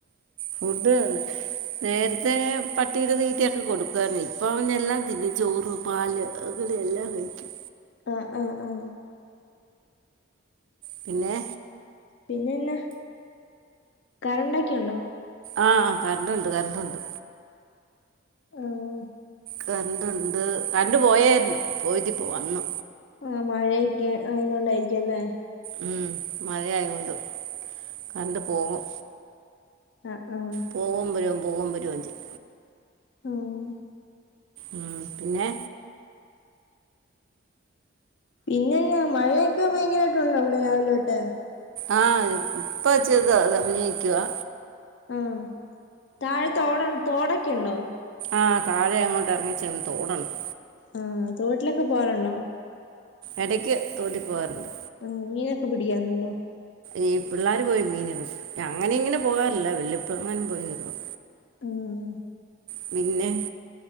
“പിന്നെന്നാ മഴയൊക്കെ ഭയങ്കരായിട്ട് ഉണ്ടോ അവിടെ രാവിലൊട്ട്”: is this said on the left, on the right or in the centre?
Left